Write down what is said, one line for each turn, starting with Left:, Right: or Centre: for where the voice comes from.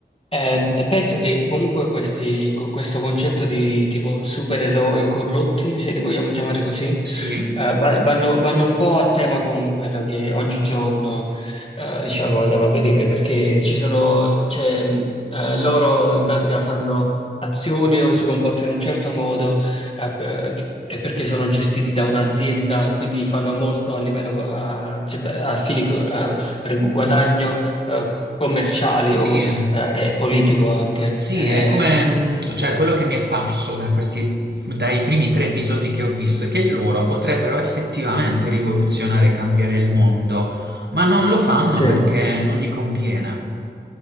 Left: Ehm, penso che comunque questi- co- questo concetto di tipo supereroi corrotti, se li vogliamo chiamare così,
Right: Sì,
Left: eh, va- vanno, vanno un po' a tema con quello che oggigiorno, eh, diciamo, andiamo a vedere, perché ci sono, cioè, mh, eh, loro in pratica fanno azioni o si comportano in un certo modo, eh, per- e perché sono gestiti da un'azienda e quindi fanno molto a livello, eh, cioè, a fini, co- eh, per guadagno, eh, commerciali
Right: sì.
Left: o eh, è politico anche.
Right: Sì,
Left: Ehm,
Right: è come, mm, cioè, quello che mi è apparso da questi, dai primi tre episodi che ho visto è che loro potrebbero effettivamente rivoluzionare e cambiare il mondo, ma non lo fanno
Left: Sì,
Right: perché non gli conviene.